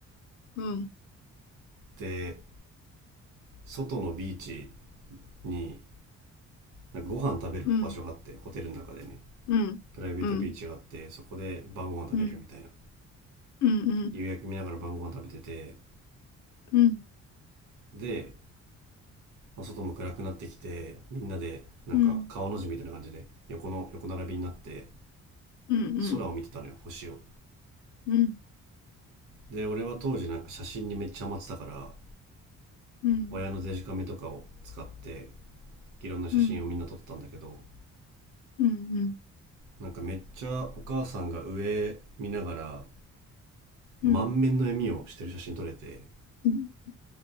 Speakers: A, on the left; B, on the right.
A: うん、
B: で、外のビーチになんかご飯食べる場所があって、
A: うん、
B: ホテルの中でね、
A: うん、
B: プライベートビーチがあって、
A: うん、
B: そこで晩ご飯食べれるみたいな。
A: うん、うん、うん、
B: 夕焼け見ながら晩ご飯食べてて、
A: うん、うん、
B: で、まあ、外も暗くなってきて、みんなで、なんか川の字みたいな感じで、
A: うん、
B: 横の、横並びになって、
A: うん、
B: 空を見てたのよ、星を。
A: うん、
B: で、俺は当時なんか写真にめっちゃハマってたから、
A: うん、うん、
B: 親のデジカメとかを使って、いろんな写真をみんな撮ってたんだけど、
A: うん、うん、うん、
B: なんかめっちゃお母さんが上見ながら、満面の笑みをしてる写真撮れて、
A: うん、うん、う